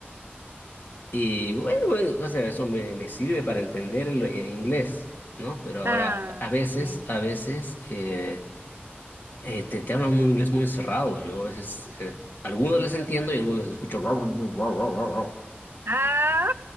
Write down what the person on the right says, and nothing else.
Ah,
ok.
Ah,